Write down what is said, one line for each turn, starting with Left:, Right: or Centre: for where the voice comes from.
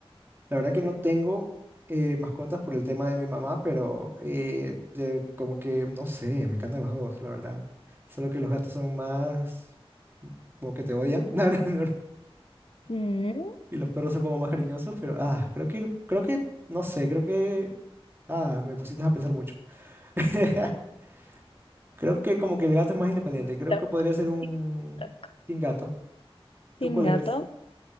Right: La verdad que no tengo eh, mascotas por el tema de mi mamá, pero eh, de- como que no sé, me encantan los dos, la verdad. Solo que los gatos son más como que te odian. <laughs> No, no, no, no.
Left: Mm,
Right: Y los perros son como más cariñosos, pero ah, creo que creo que no sé, creo que ah, me pusiste a pensar mucho. <laughs> Creo que como que el gato es más independiente. Creo
Left: toc,
Right: que podría ser un
Left: tic, toc.
Right: sin gato. ¿Tú
Left: Team
Right: cuál
Left: gato.
Right: eres?